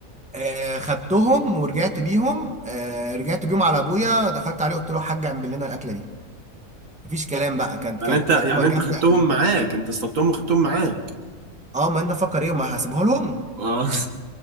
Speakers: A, in the centre; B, on the right (about 65°).
A: آه، خدتهم ورجعت بيهم آه، رجعت بيهم على ابويا دخلت عليه قلت له يا حاج اعمل لنا الاكله دي مفيش كلام بقى كانت
B: يعني
A: كانت
B: انت يعني
A: كانت م- جامده
B: انت خدتهم
A: قوي
B: معاك انت اصطدتهم وخدتهم معاك
A: اه ما انا فكر ايه ما هسيبها لهم
B: اه <laughs>